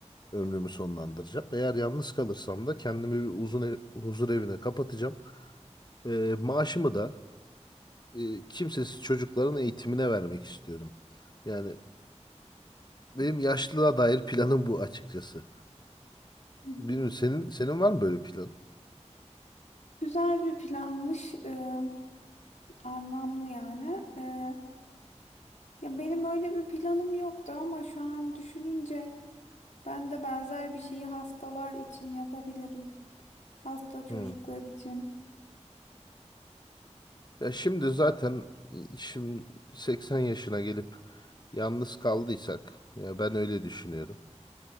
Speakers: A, on the left; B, on the left.
A: ömrümü sonlandıracağım. Eğer yalnız kalırsam da kendimi bir uzun ev- huzur evine kapatacağım. E, maaşımı da e, kimsesiz çocukların eğitimine vermek istiyorum. Yani benim yaşlılığa dair planım bu açıkçası.
B: Hmm.
A: Bilmiyorum senin senin var mı böyle plan?
B: Güzel bir planmış, e, anlamlı yani. E, ya benim öyle bir planım yoktu ama şu an düşününce ben de benzer bir şeyi hastalar için yapabilirim. Hasta çocuklar
A: Hı.
B: için.
A: Ya şimdi zaten e, şimdi 80 yaşına gelip yalnız kaldıysak ya ben öyle düşünüyorum.